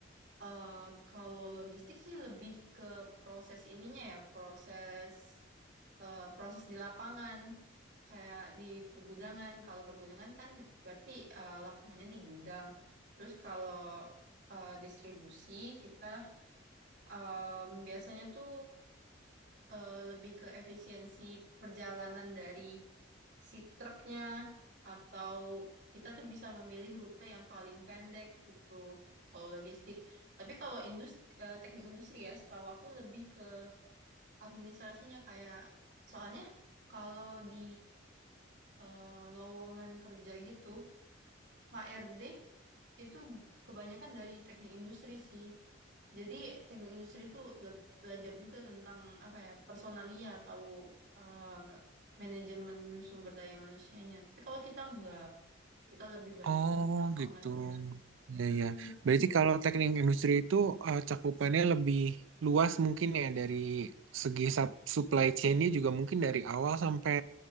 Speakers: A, on the right (about 60°); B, on the right (about 75°).
A: eh, kalau logistik sih lebih ke proses ininya ya, proses eh, proses di lapangan kayak di pergudangan. Kalau pergudangan kan berarti eh, lapangannya di gudang. Terus kalau eh, distribusi kita em, biasanya tuh eh, lebih ke efisiensi perjalanan dari si truknya atau kita tuh bisa memilih rute yang paling pendek gitu. Kalau logistik. Tapi kalau industri, eh, teknik industri ya, setahu aku lebih ke administrasinya kayak soalnya kalau di eh, lowongan kerja gitu H R D itu kebanyakan dari teknik industri sih. Jadi teknik industri itu le- belajar juga tentang apa ya personalia atau eh, manajemen sumber daya manusianya. Tapi kalau kita enggak, kita lebih banyak
B: Oh,
A: di lapangannya.
B: gitu. Ya,
A: Mm-mm,
B: ya. Berarti kalau teknik industri itu eh, cakupannya lebih luas mungkin ya dari segi sup- supply chain-nya juga mungkin dari awal sampai